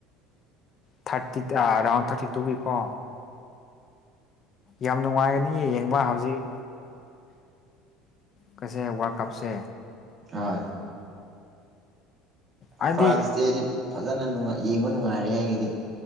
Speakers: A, on the left; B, on the right.
A: ꯊꯥꯔꯇꯤ ꯔꯥꯎꯟ ꯊꯥꯔꯇꯤ ꯇꯨꯒ ꯀꯣ ꯌꯥꯝ ꯅꯨꯡꯉꯥꯏꯒꯅꯤꯌꯦ ꯌꯦꯡꯕ ꯍꯧꯖꯤꯛ ꯀꯩꯁꯦ ꯋꯥꯔ ꯀꯞꯁꯦ
B: ꯑ
A: ꯍꯥꯏꯗꯤ
B: ꯐ꯭ꯔꯥꯟꯁꯇꯤ ꯑꯩꯗꯤ ꯐꯖꯅ ꯌꯦꯡꯕ ꯅꯨꯡꯉꯥꯏꯔꯦ ꯍꯥꯏꯒꯤꯗꯤ